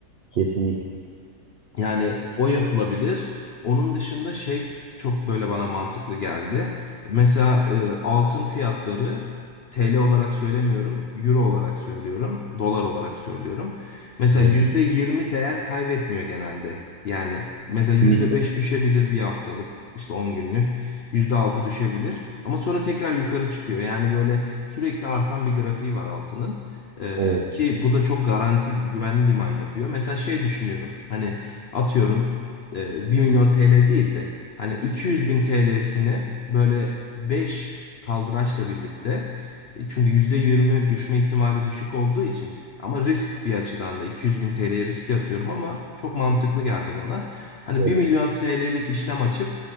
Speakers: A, on the right (about 70°); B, on the left (about 70°).
A: kesinlikle.
B: Yani o yapılabilir. Onun dışında şey çok böyle bana mantıklı geldi. Mesela e, altın fiyatları TL olarak söylemiyorum, euro olarak söylüyorum, dolar olarak söylüyorum. Mesela
A: Evet,
B: %20 değer kaybetmiyor genelde. Yani mesela
A: Kesinlikle.
B: yüzde beş düşebilir bir haftalık, işte 10 günlük, %6 düşebilir. Ama sonra tekrar yukarı çıkıyor. Yani böyle sürekli artan bir grafiği var altının. E,
A: Evet.
B: ki bu da çok garanti, güvenli liman yapıyor. Mesela şey düşünüyorum. Hani atıyorum e, 1 milyon TL değil de hani 200 bin TL'sini böyle 5 kaldıraçla birlikte e, çünkü %20 düşme ihtimali düşük olduğu için ama risk bir açıdan da 200 bin TL'ye riski atıyorum ama çok mantıklı geldi bana. Hani
A: Evet.
B: bir milyon TL'lik işlem açıp